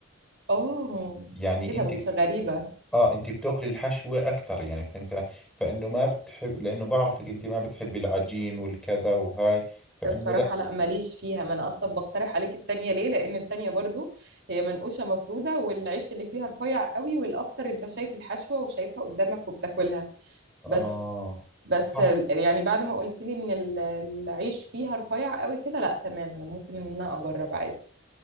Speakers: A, on the right; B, in the centre.
A: اه
B: يعني
A: ايه ده
B: انت
A: بس غريبة
B: اه انت بتاكلي الحشوة اكثر يعني فهمت علي فانه ما بتحب لانه بعرفك انت ما بتحبي العجين والكذا وهاي فانه
A: الصراحة
B: لا
A: لا ماليش فيها ما أنا أصلا بقترح عليك التانية ليه لأن التانية برضو هي منقوشة مفرودة والعيش اللي فيها رفيع قوي والأكتر أنت شايف الحشوة وشايفها قدامك وبتاكلها
B: اه
A: بس بس
B: صح
A: ال- يعني بعد ما قلت لي إن ال- العيش فيها رفيع قوي كده لا تمام أنا ممكن إن أنا أجرب عادي